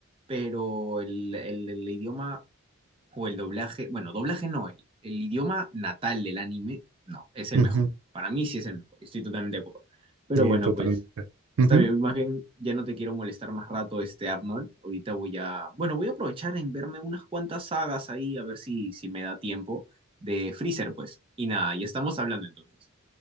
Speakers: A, on the right; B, on the right.
A: pero el, el- el idioma o el doblaje, bueno, doblaje no, el, el idioma natal del anime, no, es el
B: Ujú,
A: mejor. Para mí sí es el mejor, estoy totalmente de acuerdo. Pero
B: Sí,
A: bueno,
B: totalmente.
A: pues
B: ujú.
A: está bien, más bien ya no te quiero molestar más rato, este Arnold. Ahorita voy a, bueno, voy a aprovechar en verme unas cuantas sagas ahí, a ver si, si me da tiempo de Freezer, pues. Y nada, ya estamos hablando entonces.